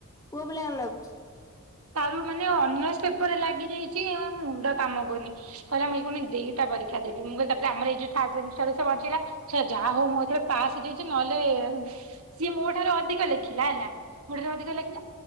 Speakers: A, on the left; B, on the right.
A: ପୁଅ ପିଲାଣ ଲାଗୁ।
B: ତାର ମାନେ ଅନ ପେପରରେ ଲାଗି ଯାଇଛି ଆ ମୁଣ୍ଡ କାମ କରୁନି। କହିଲା ମୁଇ କଣି ଦିଟା ପରୀକ୍ଷା ଦେି ମୁଁ କହିଲ ତାପରେ ଆମରଇ ଯୋଉଥ ସେହଞ୍ଚିଲା। ଯାହା ହଉ ମୁଁ ଏଥିରେ ପାସ୍ ଦେଇଚି। ନହେଲେ ସିଏ ମୋ ଠାରୁ ଅଧିକ ଲେଖିଲା ହେଲା, ମୋ ଠ---ରୁ ଅଧିକ ଲେଖିଲା।